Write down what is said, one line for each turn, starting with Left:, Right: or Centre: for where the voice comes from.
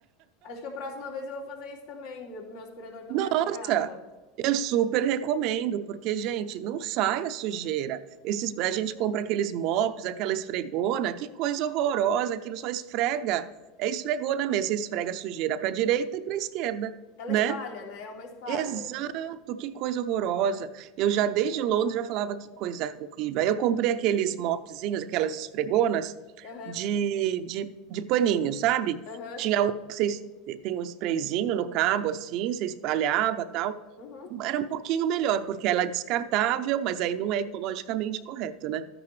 Left: acho que a próxima vez eu vou fazer isso também, viu? Meu aspirador também
Right: Nossa,
Left: aspira água.
Right: eu super recomendo, porque, gente, não sai a sujeira. Esses, a gente compra aqueles mops, aquela esfregona, que coisa horrorosa, aquilo só esfrega. É esfregona mesmo, você esfrega a sujeira para a direita e para a esquerda,
Left: Ela
Right: né?
Left: espalha, né? É uma espalha.
Right: Exato, que coisa horrorosa. Eu já desde Londres já falava que coisa horrível. Aí eu comprei aqueles mopzinhos, aquelas esfregonas
Left: Aham,
Right: de, de, de paninho, sabe?
Left: aham.
Right: Tinha um que vocês tem um sprayzinho no cabo assim, você espalhava, tal.
Left: uhum.
Right: Era um pouquinho melhor, porque ela é descartável, mas aí não é ecologicamente correto, né?